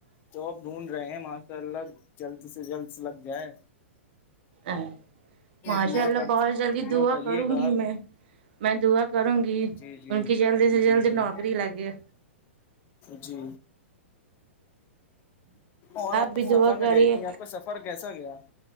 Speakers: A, on the left (about 30°); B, on the right (about 50°).
A: جاب ڈھونڈ رہے ہیں ماشاء اللہ جلد سے جلد لگ جائے
B: ا ماشاء
A: دعا
B: اللہ
A: کر
B: بہت جلدی دعا
A: کریے
B: کروں
A: گا
B: گی
A: آپ
B: میں میں دعا کروں گی
A: جی جی
B: ان کی جلد سے جلد
A: جی جی
B: نوکری لگے
A: جی اور آپ
B: بھی دعا
A: سفر میں
B: کریے
A: گئی تھی آپ کو سفر کیسا گیا